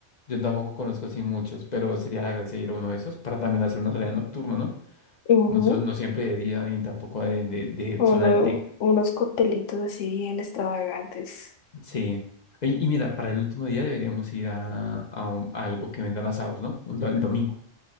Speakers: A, on the left (about 45°); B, on the left (about 75°).
A: Yo tampoco conozco así muchos, pero sería la gracia ir a uno de esos para también hacer una salida nocturna, ¿no?
B: ujú,
A: No, so- no siempre de día y tampoco de, de, de
B: uno-
A: zona del té.
B: unos coctelitos así bien extravagantes.
A: Sí. Ey, Y, mira, para el último día deberíamos ir a, a un- a algo que vendan asados, ¿no? Un do- el domingo.